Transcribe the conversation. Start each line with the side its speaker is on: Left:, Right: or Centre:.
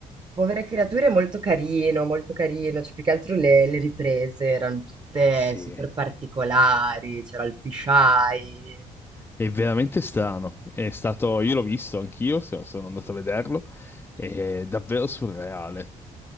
Right: Povere creature è molto carino, molto carino, cioè più che altro le, le riprese erano tutte
Left: Sì.
Right: super particolari, c'era il fisheye.
Left: È veramente strano. È stato, io l'ho visto anch'io, se- no sono andato a vederlo. È davvero surreale.